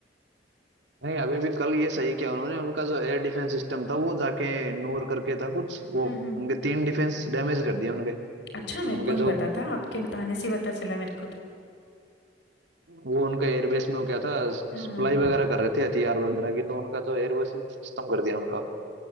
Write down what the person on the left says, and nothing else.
हम्म हम्म
अच्छा मेरे
को नहीं
पता था आपके बताने से ही पता चला मेरे को तो
हम्म